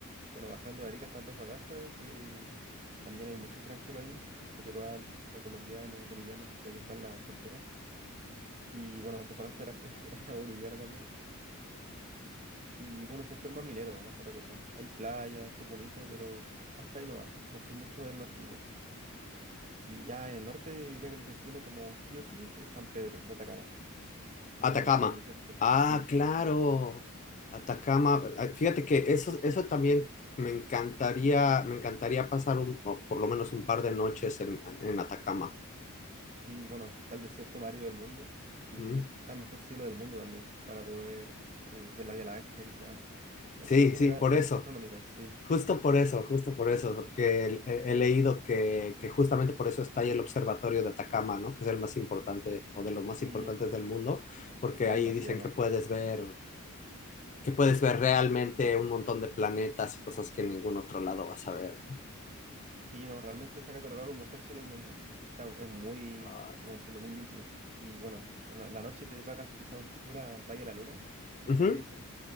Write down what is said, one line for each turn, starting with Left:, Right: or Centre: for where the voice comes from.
Right: bueno, bajando de Arica hasta Antofagasta, que también hay mucho extranjero ahí, mucho peruano, colombiano, boliviano, ya que está en la frontera. Y bueno, Antofagasta era, <laughs> era, era boliviano también. Y bueno, un sector más minero, más que otra cosa. Hay playas, es bonito, pero hasta ahí nomás. No soy mucho del norte yo. Y ya en el norte diría que el destino como sí o sí es San Pedro de Atacama. Bueno,
Left: Atacama.
Right: donde está el desierto.
Left: Ah,
Right: Sí.
Left: claro. Atacama. Ah, Fíjate que eso, eso también me encantaría, me encantaría pasar un, o por lo menos un par de noches en, en Atacama.
Right: Y bueno, está el desierto más árido del mundo. Y
Left: Mm.
Right: está el mejor cielo del mundo también, para poder eh, ver la Vía Láctea, quizá. Observaciones
Left: Sí, sí,
Right: a-
Left: por
Right: eh,
Left: eso.
Right: astronómicas, sí.
Left: Justo por eso, justo por eso, porque he, he leído que, que justamente por eso está ahí el observatorio de Atacama, ¿no? Que es el más importante o de los más importantes
Right: Sí,
Left: del mundo, porque
Right: Alma
Left: ahí dicen
Right: se llama.
Left: que puedes ver, que puedes ver realmente un montón de planetas y cosas que en ningún otro lado vas a ver.
Right: Sí, no, realmente está catalogado como el mejor cielo del mundo. Está, es muy,
Left: Ah,
Right: ¿cómo decirlo?, muy limpio. Y bueno, la, la noche te pagas quizá un tour al Valle de la Luna, que
Left: Ujú.
Right: le dicen.